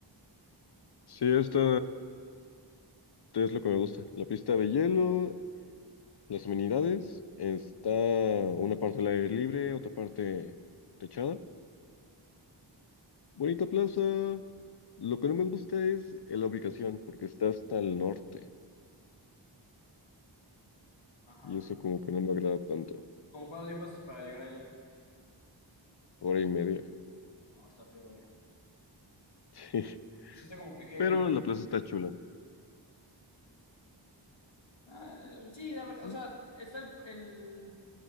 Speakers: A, on the left; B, on the left.
A: Sí, esta es lo que me gusta. La pista de hielo, las amenidades, está una parte al aire libre, otra parte techada. Bonita plaza. Lo que no me gusta es eh, la ubicación, porque está hasta el norte.
B: Ajá.
A: Y eso como que no me agrada tanto.
B: ¿Cómo cuánto tiempo haces para llegar allá?
A: Hora y media.
B: No, está feo, ¿eh?
A: <laughs>
B: Sí, está como que heavy.
A: Pero la plaza está chula.
B: Ah, sí, la ver o
A: Sí,
B: sea, está el, el